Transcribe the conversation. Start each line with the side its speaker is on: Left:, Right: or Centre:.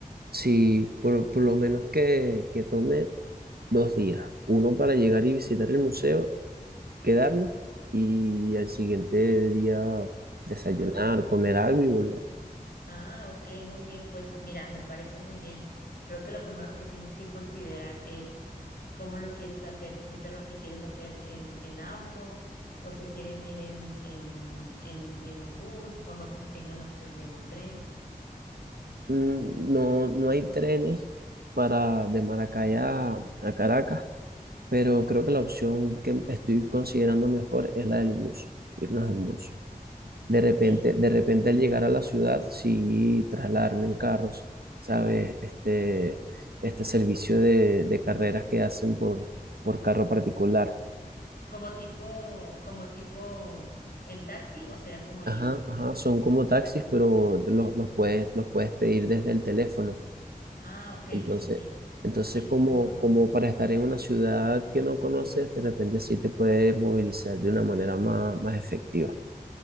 Right: Si por, por lo menos que, que tome dos días, uno para llegar y visitar el museo, quedarnos y al siguiente día desayunar,
Left: volver.
Right: comer algo y volver.
Left: Ah, ok, muy bien. Pues mira, me parece muy bien. Creo que lo primero que tienes que considerar es cómo lo quieres hacer, si es algo que quieres hacer en, en auto o se quieren ir en, en, en, en un bus o no sé si tengan la opción de un tren.
Right: Mm, No, no hay trenes para de Maracay a, a Caracas, pero creo que la opción que estoy considerando mejor es la del bus, irnos en bus. De repente,
Left: Ok.
Right: de repente
Left: Ujú.
Right: al llegar a la ciudad, sí trasladarme en carros, ¿sabes? Este, este servicio de, de carreras que hacen por, por carro particular.
Left: Como tipo, como tipo en taxi o será como el
Right: Ajá,
Left: Ibu- Uber.
Right: ajá, son como taxis, pero los, los puedes, los puedes pedir desde el teléfono.
Left: Ah, ok,
Right: Entonces,
Left: sí, sí, sí.
Right: entonces
Left: Sí,
Right: como,
Left: sí lo conozco.
Right: como para estar en una ciudad que no conoces, de repente sí te puedes movilizar de una manera más, más efectiva.